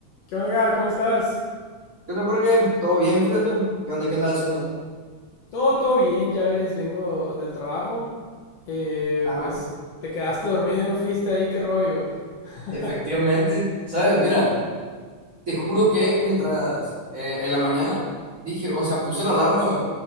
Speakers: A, on the left; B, on the right.
A: ¿Qué onda, Edgar? ¿Cómo estás?
B: ¿Qué onda, Jorge? ¿Todo bien? Fíjate. ¿Qué onda? ¿Qué andas haciendo?
A: No, todo bien, ya ves, vengo del trabajo. Eh,
B: Ajá.
A: pues te quedaste dormido y no fuiste ahí, qué rollo. <laughs>
B: Efectivamente. ¿Sabes? Mira, te juro que mientras eh, en la mañana dije, o sea, puse la alarma, güey.